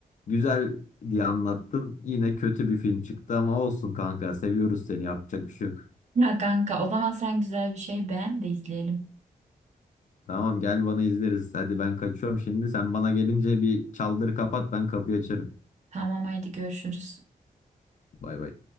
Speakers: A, on the left; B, on the right.
A: güzel diye anlattım yine kötü bir film çıktı ama olsun kanka seviyoruz seni yapacak bir şey yok.
B: Ya kanka, o zaman sen güzel bir şey beğen de izleyelim.
A: Tamam gel bana izleriz. Hadi ben kaçıyorum şimdi. Sen bana gelince bir çaldır kapat ben kapıyı açarım.
B: Tamam haydi görüşürüz.
A: Bay bay.